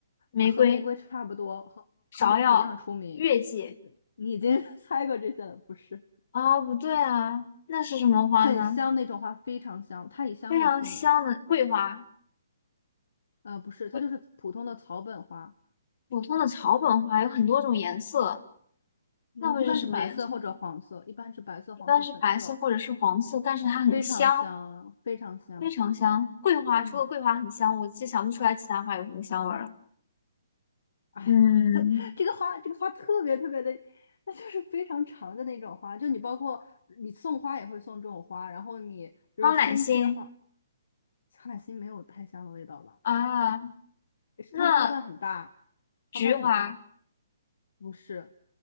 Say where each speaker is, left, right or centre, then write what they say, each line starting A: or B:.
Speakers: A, on the left; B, on the left.
A: 玫瑰，
B: 呃和玫瑰差不多，和和玫瑰一样出名。
A: 芍药，月季。
B: 不是，你已经 <laughs> 猜过这些了，不是？
A: 啊，不对啊，那是什么花呢？
B: 很香那种花，非常香，它以香味出名。
A: 非常香的桂花，
B: 呃，不是，它就是普通的草本花，
A: 桂普通的草本花有很多种颜色，
B: 嗯，
A: 那会是什么颜色？
B: 一般是白色或者黄色，一般是白色、
A: 一般是白色或者是黄色，
B: 黄色、粉色，
A: 但是它很香，
B: 非常香，非常香。
A: 非常香。桂花除了桂花很香，
B: 嗯。
A: 我其实想不出来其他花有什么香味儿了。
B: 哎，
A: 嗯。
B: 它这个花，这个花特别特别的，那就是非常长的那种花。就你包括你送花也会送这种花，然后你就是先切花，
A: 康乃馨
B: 康乃馨没有太香的味道吧？
A: 啊，
B: 是它的花瓣很大，
A: 那菊花
B: 花瓣很大，不是，